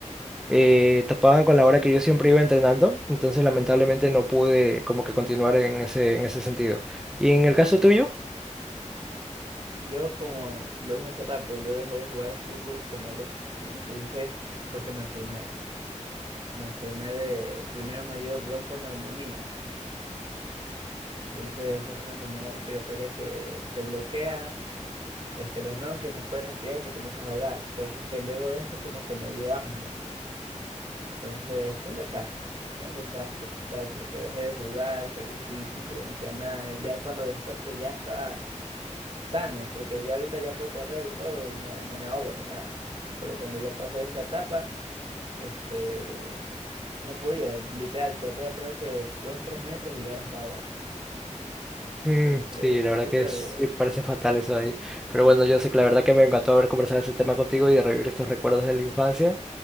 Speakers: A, in the centre; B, on the right.
A: eh, topaban con la hora que yo siempre iba entrenando, entonces lamentablemente no pude como que continuar en ese, en ese sentido. ¿Y en el caso tuyo?
B: Yo, como lo dije hace rato, yo dejé de jugar fútbol como a los 15, 16, porque me enfermé. Me enfermé de, primero me dio bronconeumonía. Entonces, es una enfermedad respiratoria que te bloquea, este, los bronquios, no puedes respirar y te comienzas a ahogar. Por eso es que luego de esto como que me dio asma. Entonces, fue un desastre, fue un desastre total porque dejé de jugar, perdí físico, ya no hacía nada. Ya cuando después que ya estaba sano, porque ya ahorita ya puedo correr y todo y no, no me ahogo ni nada. Pero cuando ya pasé esa etapa Este, no podía, literal, corría creo que dos, tres metros y ya me estaba ahogando.
A: Mm,
B: Entonces,
A: sí, la verdad
B: sí
A: que
B: fue
A: es,
B: duro.
A: sí, parece fatal eso de ahí. Pero bueno, yo sé que la verdad que me encantó haber conversado ese tema contigo y de revivir estos recuerdos de la infancia,